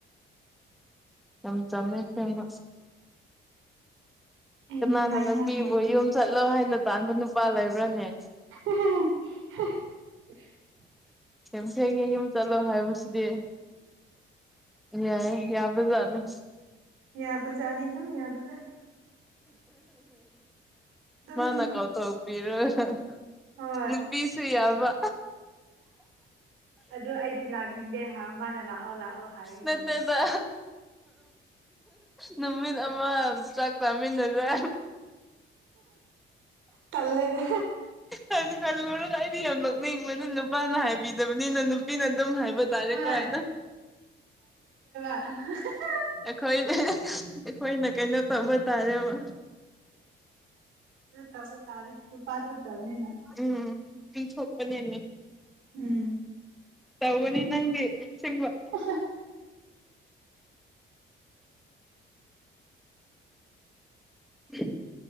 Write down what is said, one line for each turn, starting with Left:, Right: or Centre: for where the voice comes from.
Centre: ꯏꯆꯝ ꯆꯝꯃꯦ ꯐ‌ꯦꯡꯕ
Right: ꯑꯩ
Centre: ꯀꯅꯥꯅ
Right: ꯍꯥꯏꯅꯤꯡꯉꯥꯏ
Centre: ꯅꯨꯄꯤꯕꯨ
Right: ꯂꯩꯇꯦ
Centre: ꯌꯨꯝ ꯆꯠꯂꯣ ꯍꯥꯏꯅ ꯇꯥꯟꯕ ꯅꯨꯄꯥ ꯂꯩꯕ꯭ꯔꯅꯦ
Right: <unintelligible>
Centre: ꯁꯦꯝꯊ‌ꯦꯒꯤ ꯌꯨꯝ ꯆꯠꯂꯣ ꯍꯥꯏꯕꯁꯤꯗꯤ ꯌꯥꯏꯌ‌ꯦ ꯌꯥꯕꯖꯥꯠꯅꯤ
Right: ꯌꯥꯕꯖꯥꯠꯅꯤꯗ ꯌꯥꯕꯖꯥꯠꯅꯤ ꯑꯗꯨꯝ
Centre: ꯃꯥꯅ ꯀꯥꯎꯊꯣꯛꯄꯤꯔꯣ ꯅꯪ
Right: ꯍꯣꯏ
Centre: ꯅꯨꯄꯤꯁꯨ ꯌꯥꯕ
Right: ꯑꯗꯨ ꯑꯩꯗꯤ ꯂꯥꯛꯅꯤꯡꯗꯦ ꯍꯥꯏ ꯃꯥꯅ ꯂꯥꯛꯑꯣ ꯂꯥꯛꯑꯣ ꯍꯥꯏꯔꯒꯤꯅ
Centre: ꯅꯠꯇꯦꯗ ꯅꯨꯃꯤꯠ ꯑꯃ ꯆꯥꯛ ꯆꯥꯃꯤꯟꯅꯖꯦ
Right: ꯇꯜꯂꯦꯗ
Centre: ꯈꯟ ꯈꯟꯂꯨꯔꯒ ꯑꯩꯗꯤ ꯌꯥꯝ ꯅ‌ꯣꯡꯅꯤꯡꯕꯅ‌ꯦ ꯅꯨ ꯅꯨꯄꯥꯅ ꯍꯥꯏꯕꯤꯗꯕꯅꯤꯅ ꯅꯨꯄꯤꯅ ꯑꯗꯨꯝ ꯍꯥꯏꯕ ꯇꯥꯔꯦ
Right: ꯍꯣꯏ
Centre: ꯀ‌ꯣ ꯍꯥꯏꯅ
Right: ꯑ
Centre: ꯑꯩꯈꯣꯏ ꯑꯩꯈꯣꯏꯅ ꯀꯩꯅꯣ ꯇꯧꯕ ꯇꯥꯔꯦꯕ
Right: ꯇꯧꯕ ꯇꯥꯔꯦ ꯂꯨꯄꯥ ꯊꯣꯛꯇꯕꯅꯤꯅ
Centre: ꯎꯝ ꯅꯨꯄꯤ ꯊꯣꯛꯄꯅꯤꯅꯦ
Right: ꯎꯝ
Centre: ꯇꯎꯅꯤ ꯅꯪꯦ ꯁꯤꯃ
Right: <unintelligible>
Centre: <unintelligible>